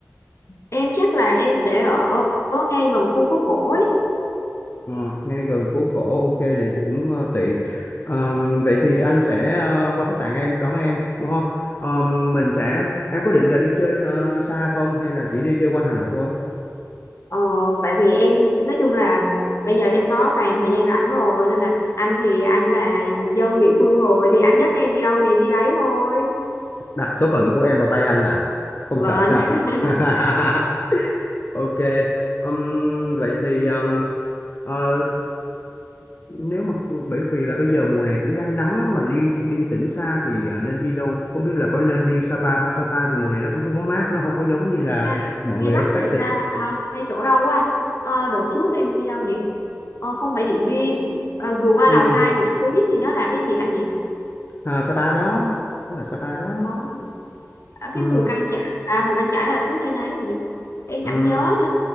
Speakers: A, on the left (about 60°); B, on the left (about 40°).
A: em chắc là em sẽ ở, ở ngay gần khu phố cổ ấy
B: ừ, ngay gần phố cổ ok vậy thì cũng ờ, tiện Ờm, vậy thì anh sẽ ờ, qua khách sạn em đón em đúng không Ờm, mình sẽ em có định là đi chơi ờ, xa không hay là chỉ đi chơi quanh Hà Nội thôi
A: ờ, tại vì em nói chung là bây giờ là em có toàn thời gian rảnh rồi nên là anh thì anh là dân địa phương rồi thì anh dắt em đi đâu thì em đi đấy thôi
B: đặt số phận của em vào tay anh à không
A: vâng
B: sợ sao
A: <laughs>
B: <laughs> Ok, ừm, vậy thì ừm, ờ, nếu mà bởi vì là bây giờ mùa này cũng đang nắng á, mà đi đi tỉnh xa thì à, nên đi đâu? Không biết là có nên đi Sapa không? Sapa thì mùa này nó cũng không có mát, nó không có giống như là
A: à,
B: mọi người
A: hay Bắc
B: expected.
A: thì sao à, hay chỗ đâu á anh ờ, đợt trước em đi đâu nhỉ Ờ, không phải Điện Biên Ờ, vừa qua Lào
B: Um,
A: Cai một xí thì nó là cái gì anh nhỉ
B: à, Sapa đó, đó là Sapa đó.
A: Ờ, ở
B: Um,
A: cái mù căng chải à mù căng chải là tuốt trên đấy rồi nhỉ em
B: um,
A: chẳng nhớ nữa